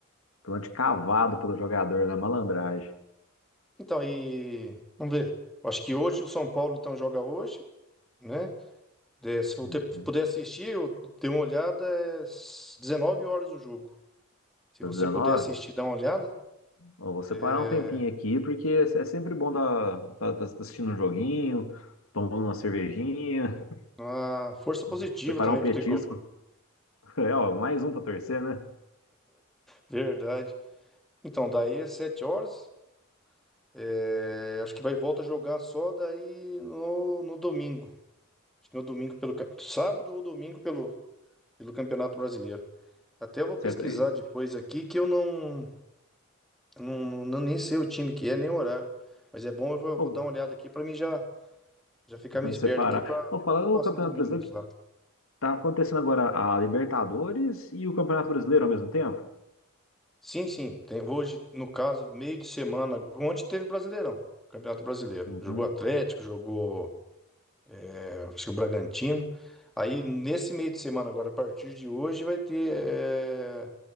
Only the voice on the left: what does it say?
Pênalti cavado pelo jogador na malandragem.
Uhum.
Tá
19?
Ó, vou separar
um tempinho aqui, porque é sempre bom tá, tá, tá assistindo um joguinho, tomando uma cervejinha,
<laughs> separar
um petisco.
<laughs> É, ó, mais um pra torcer, né?
Certo? E,
ó,
<laughs>
separar.
Ó,
falando
do Campeonato
Brasileiro,
que tá acontecendo agora a Libertadores e o Campeonato Brasileiro ao mesmo tempo?
Uhum.